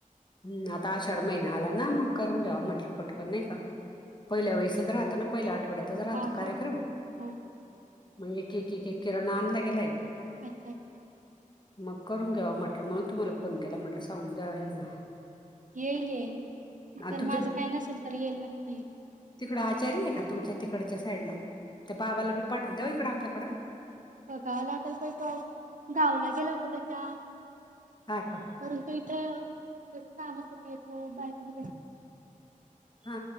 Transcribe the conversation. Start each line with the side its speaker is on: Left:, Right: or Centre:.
Left: हम् आता आषाढ महिना आला ना मग करून घ्यावा म्हटलं पटकन नाही का, पहिल्या वेळेसच राहतो ना पहिल्या आठवड्यातच राहतो
Right: हा
Left: कार्यक्रम
Right: का हा
Left: म्हणजे की की की किरणा आणला गेलाय.
Right: अच्छा अच्छा
Left: मग करून घ्यावा म्हटलं म्हणून तुम्हाला फोन केला म्हटलं सांगून द्याव यांना
Right: येईल येईल
Left: आणि
Right: तर माझं काही नसेल तर येईल नक्की,
Left: तिकडं आचारी आहे का तुमच्या तिकडच्या साईड ला त्या बाबाला बी पाठवून द्याव इकडं आमच्याकडं
Right: बघाव लागल पण तो गावाला गेला होता त्याच्या
Left: हा का
Right: कारण तु इथ त्या कामासाठी येतो बायक हम
Left: हा